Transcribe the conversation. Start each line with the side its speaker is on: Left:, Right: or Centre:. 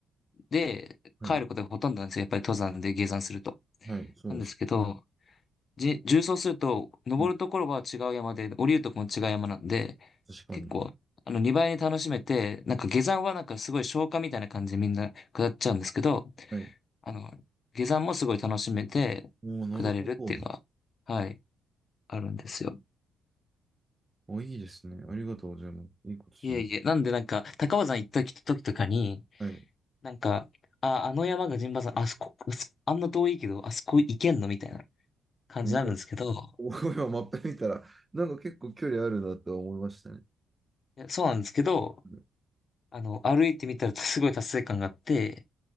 Left: で、
Right: はい、
Left: 帰ることがほとんどなんですよ。やっぱり登山で下山すると。
Right: はい、そうです。
Left: なんですけど、じ、縦走すると、登るところは違う山で、
Right: うん、
Left: 降りるところも違う山なんで、
Right: 確かに。
Left: 結構、あの、2倍に楽しめて、なんか下山はなんかすごい消化みたいな感じでみんな下っちゃうんですけど、
Right: はい
Left: あの、下山もすごい楽しめて、
Right: おー、なるほど。
Left: 下れるっていうのは、はい、あるんですよ。
Right: お、いいですね。ありがとうございます。いいことします。
Left: いえいえ、なんでなんか、高尾山行った時とかに、
Right: はい。
Left: なんか、あ、あの山が陣馬山、あそこ、あそあんな遠いけど、あそこ行けんのみたいな。感じなんですけど、
Right: なんか、お今マップ見たら、なんか結構距離あるなとは思いましたね。
Left: いやそうなんですけど、
Right: うん
Left: あの、歩いてみたらすごい達成感があって、